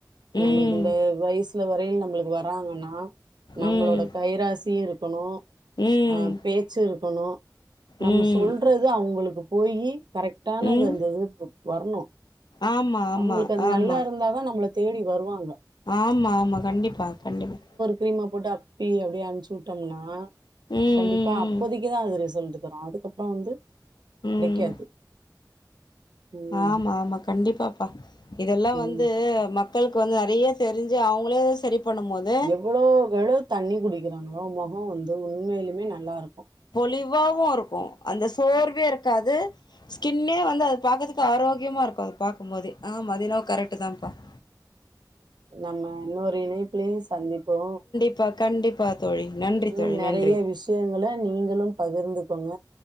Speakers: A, on the right; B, on the left.
A: ப்ப
B: ம்
A: நம்மளுக்கு இந்த வய்சு சுல வரைல் நம்மளுக்கு வராங்கன்னா நம்ளோட
B: ம்
A: கைராசியு இருக்கணு
B: ம்
A: ஆ பேச்சு இருக்கணு நம்ம
B: ம்
A: சொல்றது அவுங்களுக்கு போயி கரெக்டான
B: ம்
A: அந்தந்த இது வர்ணு
B: ஆமா ஆமா
A: அவுங்களுக்கு அது
B: ஆமா
A: நல்லாருந்தாதா நம்மள தேடி வருவாங்க
B: ஆமா ஆமா கண்டிப்பா கண்டிப்பா
A: க்ரீம போட்டு அப்பி அப்டியே அம்ச்சுட்டம்னா
B: ம்
A: கண்டிப்பா
B: ம்
A: அப்போதைக்கி
B: ம்
A: தா அது ரிசல்ட்டு தரு அதுக்கப்றோ வந்து
B: ம்
A: கெடைக்காது ம்
B: ஆமா ஆமா கண்டிப்பாப்பா இதெல்லா
A: ம்
B: வந்து மக்களுக்கு வந்து நறைய தெரிஞ்சு அவுங்களே செரி பண்ணம்போது
A: எவ்ளோக்கெவளோ தண்ணி குடிக்கிறாங்ளோ மொகோ வந்து உண்மயிலுமே நல்லாருக்கு
B: பொலிவாவுருக்கு அந்த சோர்வேரு காது ஸ்கின்னே வந்து அது பாக்கறதுக்கு ஆரோக்கியமாருக்கு அது பாக்கும்போதே ஆமா அது என்னவோ கரெக்டு தா <inaudible>
A: நம்ம இன்னொரு இணைப்லே சந்திப்போ
B: ச கண்டிப்பா தோழி நன்றி
A: இன்னு
B: தோழி
A: நறைய
B: நன்றி
A: விஷ்யங்கள நீங்களு பகிர்ந்துக்கொங்க